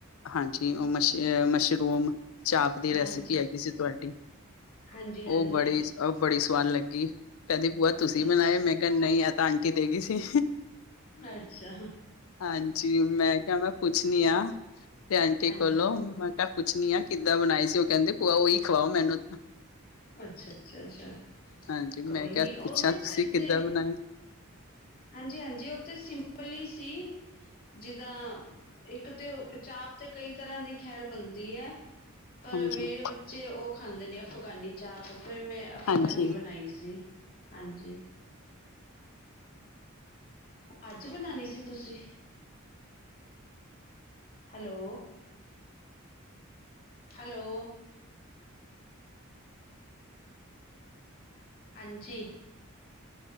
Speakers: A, on the left; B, on the left.
A: ਹਾਂਜੀ, ਉਹ ਮਸ਼, ਮਸ਼ਰੂਮ ਚਾਪ ਦੀ
B: ਹਾਂਜੀ
A: ਰੈਸਿਪੀ ਹੈਗੀ ਸੀ ਤੁਹਾਡੀ।
B: ਹਾਂਜੀ
A: ਉਹ
B: ਹਾਂਜੀ
A: ਬੜੀ, ਬੜੀ ਸਵਾਦ ਲੱਗੀ, ਕਹਿੰਦੀ ਭੂਆ ਤੁਸੀਂ
B: ਅੱਛਾ
A: ਬਣਾਏ, ਮੈਂ ਕਿਹਾ ਨਹੀਂ, ਐ ਤਾ‌ ਆੰ ਟੀ ਦੇ ਗਈ ਸੀ,
B: ਅੱਛਾ
A: ਹਾਂਜੀ, ਮੈਂ ਕਿਹਾ ਮੈਂ ਪੁੱਛਨੀ ਆ। ਤੇ ਆਂਟੀ
B: ਹਾਂਜੀ
A: ਕੋਲੋ, ਮੈਂ ਕਿਆ ਪੁਛਨੀ ਆ ਕਿੱਦਾਂ ਬਣਾਈ ਸੀ? ਉਹ ਕਹਿੰਦੀ ਭੂਆ ਉਹੀ ਖਵਾਓ ਮੈਨੂੰ
B: ਅੱਛਾ-ਅੱਛਾ-ਅੱਛਾ,
A: ਹਾਂਜੀ ਮੈਂ
B: ਕੋਈ
A: ਕਿਹਾ
B: ਨੀ ਉਹਦੇ'ਚ
A: ਪੁੱਛਾਂ ਤੁਸੀਂ ਕਿੱਦਾਂ
B: ਤੇ
A: ਬਣਾਏ
B: ਹਾਂਜੀ-ਹਾਂਜੀ, ਓ ਤੇ ਸਿੰਪਲ ਈ ਸੀ। ਜਿੱਦਾਂ, ਇੱਕ ਤੇ ਚਾਪ ਤੇ ਕਈ ਤਰ੍ਹਾਂ ਦੀ ਖੈਰ ਬਣਦੀ ਐ। ਪਰ
A: ਹਾਂਜੀ
B: ਮੇਰੇ ਬੱਚੇ ਉਹ ਖਾਂਦੇ ਨੇ, ਅਫਗਾਨੀ ਚਾਪ। ਫਿਰ ਮੈਂ ਅਫਗਾਨੀ
A: ਹਾਂਜੀ
B: ਬਨਾਈ ਸੀ। ਹਾਂਜੀ, ਅੱਜ ਬਨਾਨੀ ਸੀ, ਤੁਸੀ। ਹੈਲੋ ਹੈਲੋ ਹਾਂਜੀ।